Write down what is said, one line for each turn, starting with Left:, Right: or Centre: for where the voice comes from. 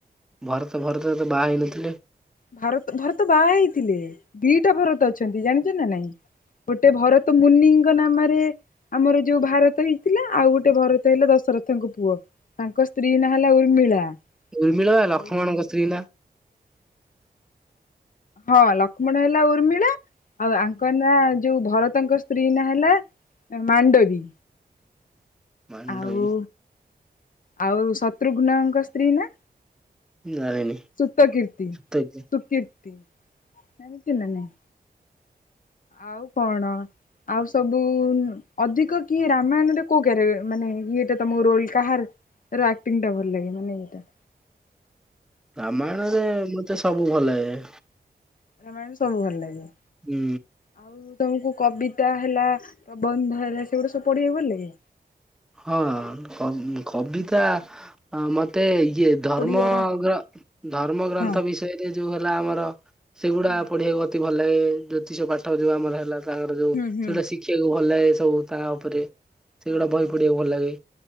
Centre: ଭରତ ଭରତ ତ ବାହା ହେଇନଥିଲେ।
Left: ଭାରତ ଭରତ ବାହା ହେଇଥିଲେ ଦିଟା ଭରତ ଅଛନ୍ତି ଜାଣିଚ ନା ନାଇଁ? ଗୋଟେ ଭରତ ମୁନିଙ୍କ ନାମରେ ଆମର ଯୋଉ ଭାରତ ହେଇଥିଲା ଆଉ ଗୋଟେ ଭରତ ହେଲା ଦଶରଥଙ୍କ ପୁଅ। ତାଙ୍କ ସ୍ତ୍ରୀ ନା ହେଲା ଉର୍ମିଳା।
Centre: ଉର୍ମିଳ ବା
Left: ଆଉ
Centre: ଲକ୍ଷ୍ମଣଙ୍କ ସ୍ତ୍ରୀ ନା।
Left: ହଁ ଲକ୍ଷ୍ମଣ ହେଲା ଉର୍ମିଳା ଆଉ ଆଙ୍କନା ଯୋଉ ଭରତଙ୍କ ସ୍ତ୍ରୀ ନା ହେଲା ମାଣ୍ଡବୀ।
Centre: ମାଣ୍ଡବୀ
Left: ଆଉ ଆଉ ଶତ୍ରୁଘ୍ନଙ୍କ ସ୍ତ୍ରୀ ନା?
Centre: ଜାଣିନି
Left: ସୁତକୀର୍ତି
Centre: ସତେକି
Left: ସୁକୀର୍ତି ଜାଣିଚୁନା ନାଇଁ। ଆଉ କଣ ଆଉ ସବୁ ଅଧିକ କିଏ ରାମାୟଣଟା କୋଉ କାରେ ମାନେ ଇଏଟା ତମ ରୋଲ କାହା ର ଆକ୍ଟିଂ ଟା ଭଲଲାଗେ ମାନେ ଏଇଟା?
Centre: ରାମାୟଣରେ ମତେ ସବୁ ଭଲଲାଗେ।
Left: ରାମାୟଣ ସବୁ ଭଲଲାଗେ।
Centre: ହୁଁ।
Left: ଆଉ ତମକୁ କବିତା ହେଲା ପ୍ରବନ୍ଧ ହେଲା ସେଗୁଡ଼ା ସବୁ ପଢ଼ିବାକୁ ଭଲଲାଗେ?
Centre: ହଁ କ କବିତା ଅ ମତେ ଇଏ ଧର୍ମ
Left: ଓଡିଆର
Centre: ଗ୍ର ଧର୍ମ ଗ୍ରନ୍ଥ
Left: ହଁ
Centre: ବିଷୟରେ ଯୋଉ ହେଲା ଆମର ସେଗୁଡ଼ା
Left: ହୁଁ
Centre: ପଢିବାକୁ ମ ତେ ଭଲ ଲାଗେ ଜ୍ୟୋତିଷ ପାଠ ଯୋଉ ଆମର ହେଲା ତାଙ୍କର ଯୋଉ
Left: ହୁଁ
Centre: ସେଇଟା
Left: ହଁ
Centre: ଶି ଦେଖିବାକୁ ଭଲ ଲାଗେ ସବୁ ତା ଉପରେ। ସେଗୁଡା
Left: ହଁ
Centre: ବହି
Left: ହଁ
Centre: ପଢିବାକୁ ଭଲ ଲାଗେ